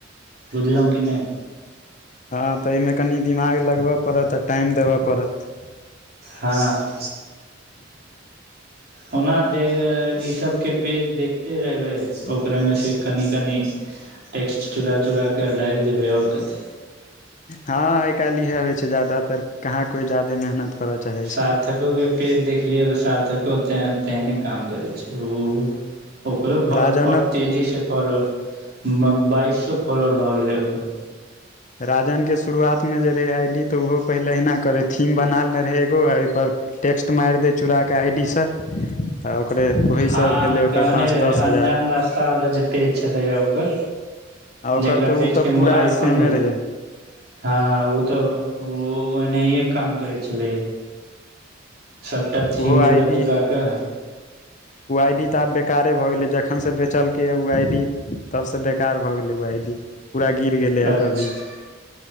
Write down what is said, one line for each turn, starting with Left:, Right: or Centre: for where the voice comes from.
Right: बुझलहुँ कि नहि
Left: हँ तऽ एहिमे कनि दिमाग लगबय पड़त आ टाइम देबऽ पड़त
Right: हँ ओना दे इसभके पेज देखिते रहबै ओकरामे से कनि कनि टेक्ट चुरा चुराकऽ डाइल देबै आओर कथी
Left: हँ आइ काल्हि इएहे होइ छै जदातर कहाँ कोइ जादे मेहनत करऽ चाहे
Right: सार्थकोके पेज देखलियै तऽ सार्थकोे तेहने काम करै छै ओ ओकरो भ
Left: राजनक
Right: बड़ तेजी से फॉल मम बाइस सो फलोर भऽ गेलै ओकरो
Left: राजनके शुरुआतमे जे रहै आई डी तऽ ओहो पहिले अहिना करै थीम बना लने रहै एगो एहिपर टैक्स्ट मारि दै चुराके आइडी सँ त ओकरे ओहीसँ
Right: हँ
Left: भेलै ओकर
Right: कहने
Left: पाँच
Right: रहे
Left: दस
Right: अन्जान
Left: हजार
Right: रास्ता वाला जे पेज छलै ओकर
Left: आ ओकर
Right: जेकरा
Left: तऽ ओ
Right: बेचि
Left: तऽ
Right: कऽ
Left: पूरा
Right: आइ
Left: सेमे
Right: फोन लेलै
Left: रहै
Right: हँ ओ तऽ ओ ओनाहिए काम करै छलै सबटा थिम
Left: ओहो आई
Right: चूड़ा
Left: डी
Right: चूड़ा कऽ
Left: ओ आई डी तऽ आब बेकारे भऽ गेलै जखन से बेचलकै ओ आई डी तबसँ बेकार भऽ गेलै ओ आई डी पूरा गिर गेलै
Right: अच्छा
Left: ओकर रीच